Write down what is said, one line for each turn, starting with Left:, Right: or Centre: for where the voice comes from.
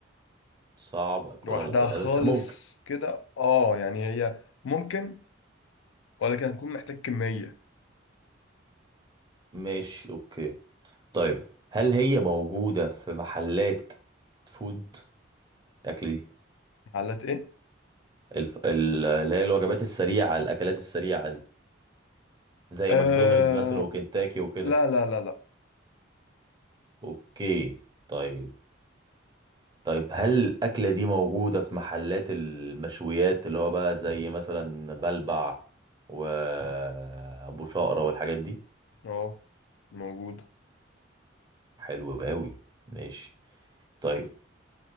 Right: صعب اكلها
Left: لوحدها
Right: لوحدها
Left: خالص
Right: بس ممكن
Left: كده اه يعني هي ممكن ولكن هتكون محتاج كمية
Right: ماشي اوكي طيب هل هي موجوده في محلات فود الاكل دي
Left: علات ايه
Right: الف... ال- اللي هي الوجبات السريعه الاكلات السريعه دي زي
Left: آه
Right: ماكدونالدز مثلا وكنتاكي وكده
Left: لا لا لا لا
Right: اوكي طيب طيب هل الاكله دي موجوده في محلات المشويات اللي هو بقى زي مثلا بلبع وابو شقرة والحاجات دي
Left: اهو موجود
Right: حلو قوي ماشي طيب